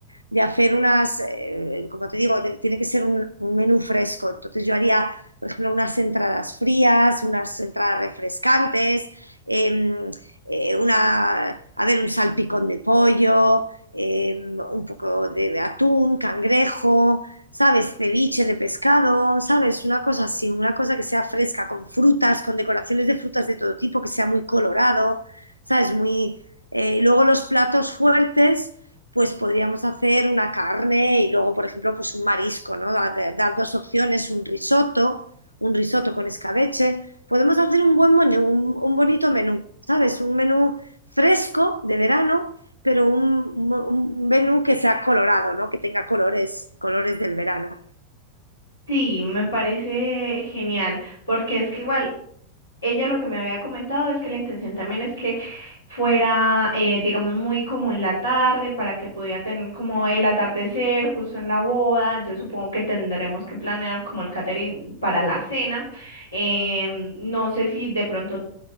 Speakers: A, on the right; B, on the left.
A: de hacer unas, eh, como te digo, de- tiene que ser un, un menú fresco. Entonces yo haría, por ejemplo, unas entradas frías, unas entradas refrescantes, eh, eh, una, a ver, un salpicón de pollo, eh, un poco de atún, cangrejo. ¿sabes? Ceviche de pescado, ¿sabes? Una cosa así, una cosa que sea fresca, con frutas, con decoraciones de frutas de todo tipo, que sea muy colorado, ¿sabes? Muy... eh, y luego los platos fuertes, pues podríamos hacer una carne y luego, por ejemplo, pues un marisco, ¿no? Da- da- Dar, dos opciones, un risotto, un risotto con escabeche. Podemos hacer un buen menú, un, un bonito menú, ¿sabes? Un menú fresco de verano pero un, un, menú que sea colorado, ¿no? Que tenga colores, colores del verano.
B: Sí, me parece genial, porque es que igual ella lo que me había comentado es que la intención también es que fuera, eh, digamos, muy como en la tarde para que pudiera tener como el atardecer justo en la boda, entonces supongo que tendremos que planear como el catering para la cena. Em, no sé si de pronto